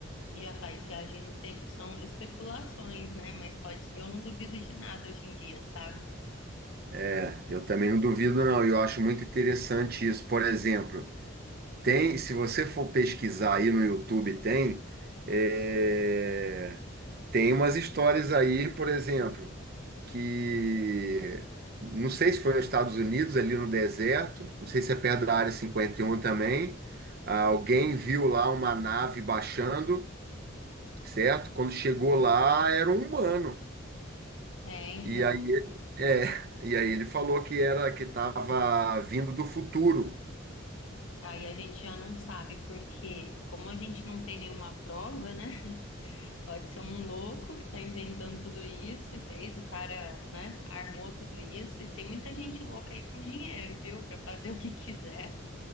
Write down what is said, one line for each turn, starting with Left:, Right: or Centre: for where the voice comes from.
Left: Já faz viagem no tempo. São especulações, né? Mas pode, eu não duvido de nada hoje em dia, sabe?
Right: É, Eu também não duvido, não. Eu acho muito interessante isso. Por exemplo, tem, se você for pesquisar aí no YouTube, tem, é, tem umas histórias aí, por exemplo. que não sei se foi nos Estados Unidos, ali no deserto, não sei se é perto da Área cinquenta e um também. Ah, Alguém viu lá uma nave baixando, certo? Quando chegou lá, era um humano.
Left: É,
Right: E
Left: então.
Right: aí, é, e aí ele falou que era que estava vindo do futuro.
Left: Aí a gente já não sabe, porque como a gente não tem nenhuma prova, né? <laughs> Pode ser um louco que tá inventando tudo isso e fez, o cara, né, armou tudo isso. E tem muita gente louca aí com dinheiro, viu? Pra fazer o que quiser.